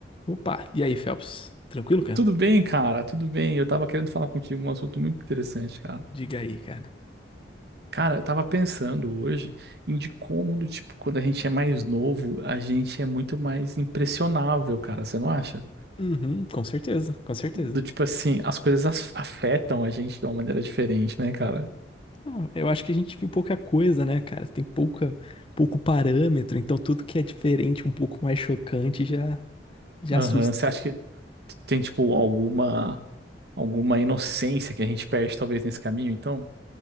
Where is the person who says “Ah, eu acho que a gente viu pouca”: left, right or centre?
Left